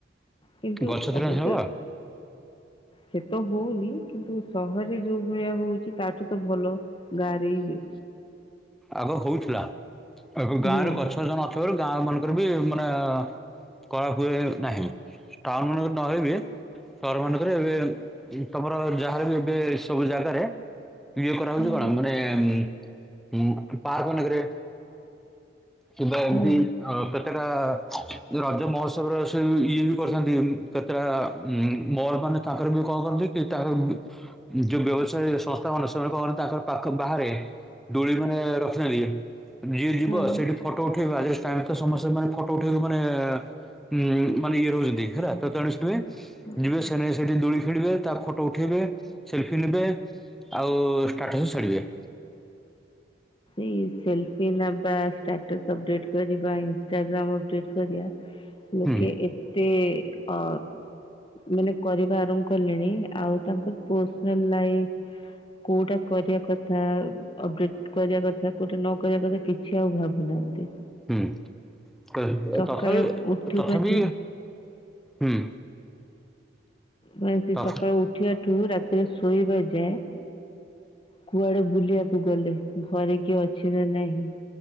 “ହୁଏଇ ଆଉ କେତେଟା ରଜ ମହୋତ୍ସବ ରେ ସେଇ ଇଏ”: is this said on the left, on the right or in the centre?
Centre